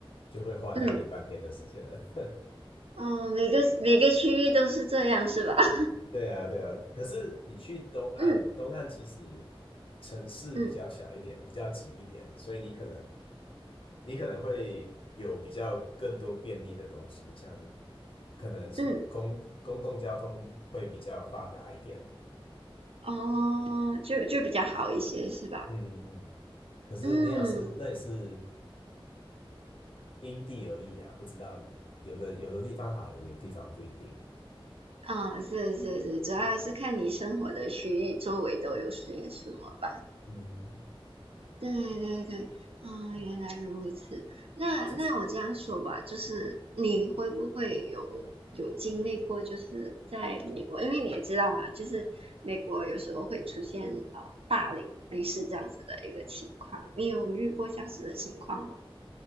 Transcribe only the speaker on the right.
嗯
哦，每个每个区域都是这样，是吧？<laughs>
嗯
嗯
嗯，哦，就就比较好一些，是吧？
嗯，
啊，是是是，主要还是看你生活的区域周围都有些什么吧。
对对对，啊，原来如此。那那我这样说吧，
就是你会不会有有经历过，就是在美国，因为你也知道嘛，就是美国有时候会出现呃霸凌类似这样子的一个情况，你有遇过这样子的情况吗？